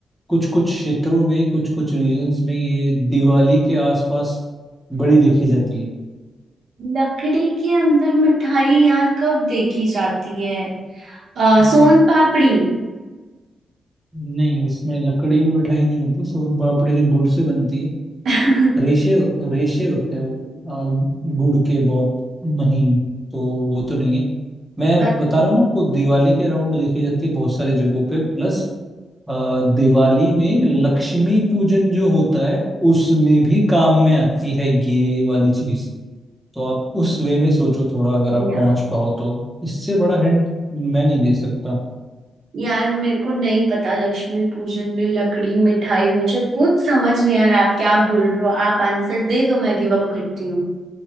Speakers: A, in the centre; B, on the right.
A: कुछ कुछ क्षेत्रों में कुछ कुछ रीजन्स में ये दिवाली के आसपास बड़ी देखी जाती है
B: लकड़ी के अंदर मिठाई यार कब देखी जाती है आ,
A: हम्म,
B: सोन पापड़ी
A: नहीं उसमें लकड़ी में मिठाई नहीं होती सोन पापड़ी तो गुड़ से बनती है
B: <laughs>
A: रेशे होत- रेशे होते हैं वो आ, गुड़ के बहुत महीन तो वो तो नहीं है मैं
B: अच्छा
A: बता रहा हूँ ना आपको दिवाली के अराउंड देखी जाती है बहुत सारी जगहों पे प्लस दिवाली में लक्ष्मी पूजन जो होता है उसमें भी काम में आती है ये वाली चीज तो आप उस वे में सोचो थोड़ा अगर आप
B: यार
A: पहुंच पाओ तो इससे बड़ा हिंट मैं नहीं दे सकता
B: यार मेरे को नहीं पता लक्ष्मी पूजन में लकड़ी मिठाई मुझे कुछ समझ नहीं आ रहा आप क्या बोल रहे हो आप आंसर दे दो मैं गिव अप करती हूँ